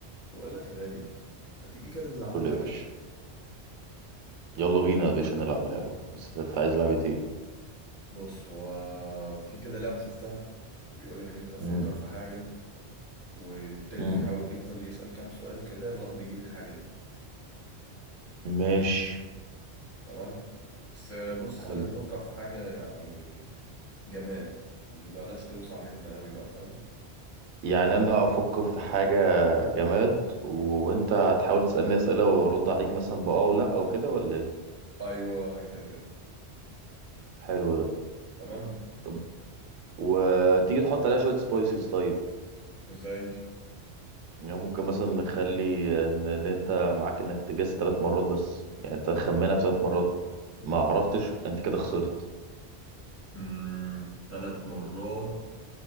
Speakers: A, on the left (about 15°); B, on the right (about 85°).
A: بقول لك يا غالي ما تيجي كده نلعبوا
B: قول
A: لعبة
B: يا باشا يلا بينا يا باشا نلعب لعبة بس انت عايز لعبة ايه؟
A: بص هو في كده لعبة شفتها بيقول لك ان انت تفكر
B: مم.
A: في حاجة والتاني
B: مم.
A: يحاول يفضل يسأل كام سؤال كده لغاية ما يجيب الحاجة دي
B: ماشي
A: تمام بس بص
B: حلو
A: خلينا نفكر في حاجة يعني جماد بلاش توسع منا قوي بقى فاهم
B: يعني انا هفكر في حاجة جماد وانت هتحاول تسألني اسئلة وارد عليك مثلا بأه او لا او كده ولا ايه؟
A: ايوه حاجة زي كده
B: حلو ده
A: تمام
B: طب وتيجي تحط عليها شوية سبايسز طيب
A: ازاي
B: يعني ممكن مثلا نخلي ان ان انت معاك انك تجس ثلاث مرات بس يعني انت خمنها في ثلاث مرات ما عرفتش انت كده خسرت
A: امم ثلاث مرات